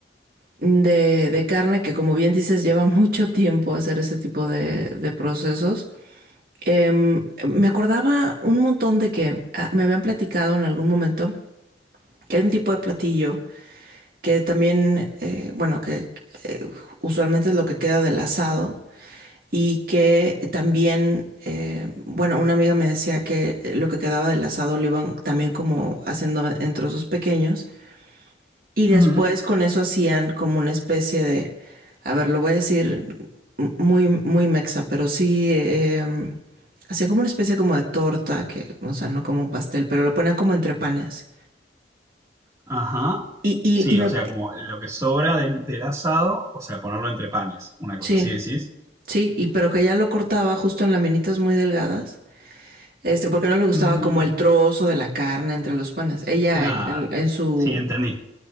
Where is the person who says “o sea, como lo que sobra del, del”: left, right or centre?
Right